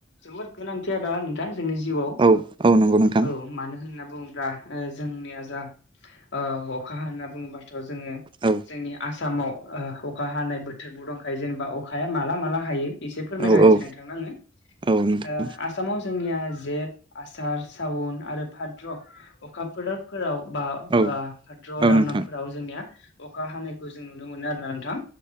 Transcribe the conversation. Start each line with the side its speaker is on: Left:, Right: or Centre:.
Left: जोबोद गोनांथिआ दा नोंथां जोंनि जिउआव
Right: औ औ नंगौ नोंथां
Left: औ मानो होनना बुंङोब्ला <inaudible> जोंनिया जा ओ अखा होनना बुंङोबाथ' जोंङो
Right: औ
Left: जोंनि आ सामाव ओ अखा हानाय बोथोरबो दंखायो जेनेबा अखाया माला-माला हायो, एसे फोरमायना
Right: औ
Left: होनसै
Right: औ
Left: नोंथांनो आंङो
Right: औ नोंथां
Left: ओ आसामाव जोंनिया जेट, आसार, सावन आरो भाद्र' अखाफोर-फोराव बा ओ
Right: औ
Left: भाद्र
Right: औ
Left: दानाफोराव
Right: नोंथां
Left: जोंनिया अखा हानायखौ जों नुनो मोनो आरो ना नोंथां।